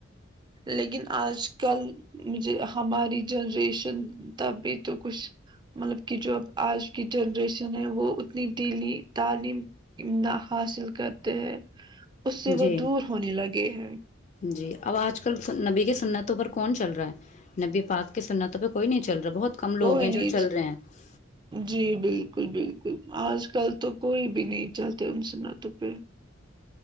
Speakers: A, on the right; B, on the left.
A: لیکن آج کل مھے ہماری جنریشن تب بھی تو کچھ مطلب کہ جو آج کی جنریشن ہے وہ اتنی دلی تعلیم نہ حاصل کرتے ہیں اس سے وہ
B: جی
A: دور ہونے لگے ہے
B: جی اب آج کل نبی کی سنتوں پر کون چل رہا ہے نبی پاک کی سنتوں پہ کوئی نہیں چل رہا بہت کم لوگ
A: کوئی
B: ہیں جو
A: نہیںچ
B: چل رہے ہیں
A: جی بالکل بالکل آج کل تو کوئی بھی نہیں چلتا ان سے ن تو پ